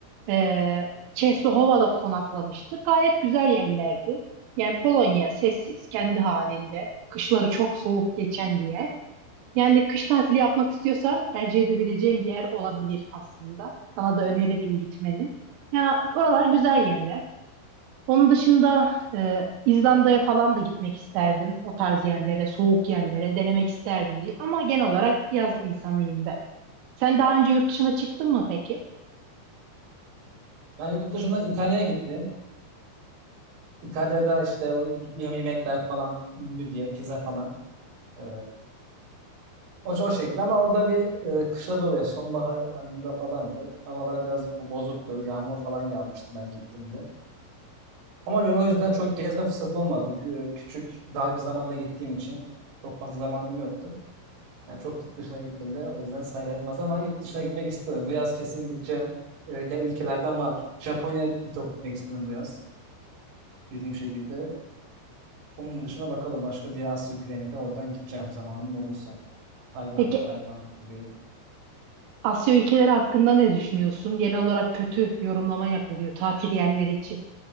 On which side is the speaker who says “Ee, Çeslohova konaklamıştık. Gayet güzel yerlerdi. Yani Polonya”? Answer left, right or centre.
Right